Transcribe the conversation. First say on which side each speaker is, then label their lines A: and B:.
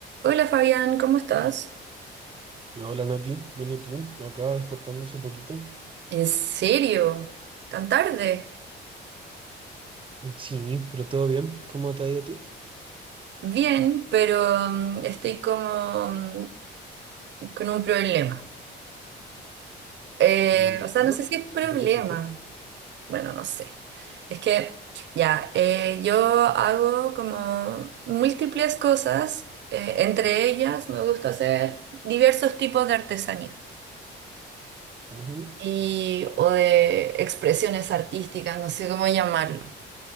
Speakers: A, on the right; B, on the right.
A: Hola Fabián, ¿cómo estás?
B: No, Hola Nati, ¿viene tú? Acá despertando hace poquito.
A: ¿En serio? ¿Tan tarde?
B: Sí, pero todo bien. ¿Cómo te ha ido a ti?
A: Bien, pero mm, estoy como mm, con un problema. Eh,
B: Mm, ¿Ya?
A: o sea, no sé si es problema.
B: ¿De qué tipo?
A: Bueno, no sé. Es que ya, eh, yo hago como múltiples cosas. eh, entre ellas, me gusta hacer diversos tipos de artesanía
B: Ujú.
A: y o de expresiones artísticas, no sé cómo llamarlo.